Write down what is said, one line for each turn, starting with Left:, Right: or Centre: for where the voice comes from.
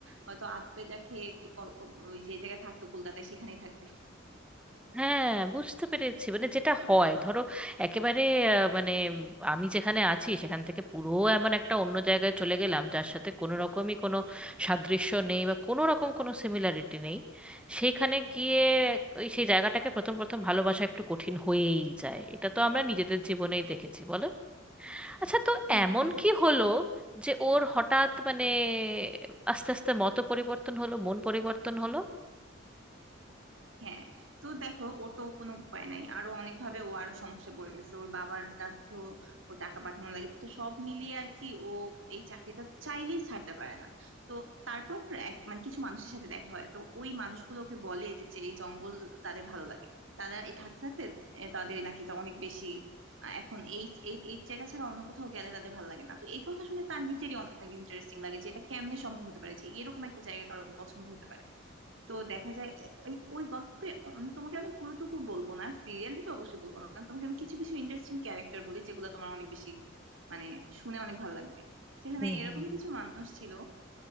Right: হয়তো আধপেটা খেয়ে কল- ওই যে জায়গায় থাকতো কলকাতায় সেখানেই থাকবে
Centre: হ্যাঁ বুঝতে পেরেছি মানে যেটা হয় ধরো একেবারে আহ, মানে আমি যেখানে আছি সেখান থেকে পুরো এমন একটা অন্য জায়গায় চলে গেলাম যার সাথে কোনো রকমই কোনো সাদৃশ্য নেই বা কোনো রকম কোনো সিমিলারিটি নেই সেইখানে গিয়ে ওই সেই জায়গাটাকে প্রথম প্রথম ভালোবাসা একটু কঠিন হয়েই যায় এটা তো আমরা নিজেদের জীবনেই দেখেছি বলো আচ্ছা তো
Right: হুম
Centre: এমন
Right: হুম
Centre: কি হলো যে ওর হঠাৎ মানে আস্তে আস্তে মত পরিবর্তন হলো মন পরিবর্তন হলো
Right: হ্যাঁ তো দেখো ওর তো কোনো উপায় নাই আরো অনেক ভাবে ও আরো সমস্যায় পড়ে গেছে ওর বাবার কাছেও ও টাকা পাঠানো লাগে তো সব মিলিয়ে আর কি ও এই চাকরিটা চাইলেই ছাড়তে পারে না তো তারপর এক মানে কিছু মানুষের সাথে দেখা হয় তো ওই মানুষগুলোকে বলে যে এই জঙ্গল তাদের ভালো লাগে তারা এই থাকতে থাকতে এ, তাদের নাকি এটা অনেক বেশি আহ, এখন এই এই এই জায়গা ছাড়া অন্য কোথাও গেলে তাদের ভালো লাগে না তো এই কথা শুনে তার নিজেরই অনেক ইন্টারেস্টিং লাগে যে এটা কেমনে সম্ভব হতে পারে যে এরকম একটা জায়গা কারোর পছন্দ হতে পারে তো দেখা যায় এ- এই- ওই গল্পে উম তোমাকে আমি পুরোটুকু বলবো না সিরিয়ালি তো অবশ্যই বলবো না তোমাকে আমি কিছু কিছু ইন্টারেস্টিং ক্যারেক্টার বলি যেগুলো তোমার অনেক বেশি মানে শুনে অনেক ভালো লাগবে সেখানে
Centre: হুম
Right: এরকম
Centre: হুম হুম।
Right: কিছু মানুষ ছিল